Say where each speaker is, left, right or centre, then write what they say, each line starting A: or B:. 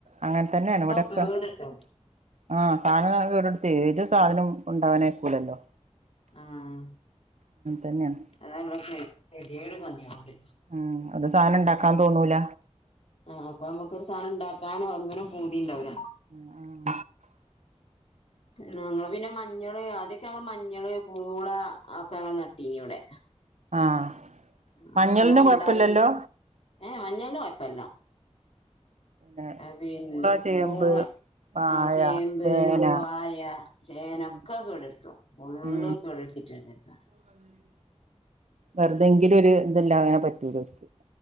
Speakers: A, on the right; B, on the left.
A: അങ്ങൻതന്നാണ് ഇവിടെപ്പം
B: കേടെടുത്തു
A: ആഹ് ശ് സാനം കേടര്ത്തെ ഏത് സാധനം ഇണ്ടാവാനയക്കൂലല്ലോ
B: ആഹ്
A: തന്നെയാണ്
B: അതാണ് ഇങ്ങക്ക് കെത്യേട് പന്നേയ്ളോണ്ട്
A: ഉം ഒരു സാനോം ഇണ്ടാക്കാൻ തോന്നൂല
B: ആഹ് അപ്പൊ നമക്ക് ഒരു സാനം ഇണ്ടാക്കാനോ ഒന്നിനും പൂതി ഇണ്ടാവൂല
A: ഉം
B: ഞങ്ങള് പിന്നെ മഞ്ഞള് ആദ്യൊക്കെ ഞങ്ങള് മഞ്ഞള് പൂള അതൊക്കെ ഞങ്ങള് നട്ടീന്ന് ഇവിടെ
A: ആഹ്
B: അതൊക്കെ
A: മഞ്ഞളിന്റെ
B: നല്ലോം
A: കൊഴപ്പല്ലല്ലോ?
B: ഉണ്ടായിനി ഏഹ് മഞ്ഞൾന് കൊയപ്പല്ല
A: പിന്നെ
B: പിന്നെ
A: പൂള ചേമ്പ്
B: പൂളെ
A: വാഴ
B: ആഹ് ചേമ്പ്
A: ചേന
B: ഒക്കെ വായ ചേനൊക്കെ
A: ഉം
B: കേടെര്ത്തും ഫുള്ള്
A: ഉം
B: കേടെര്ത്തീട്ട്രിക്ക
A: വെറുതെങ്കിലും ഒരു ഇതല്ലാതെ പറ്റൂലാ ര്ക്ക്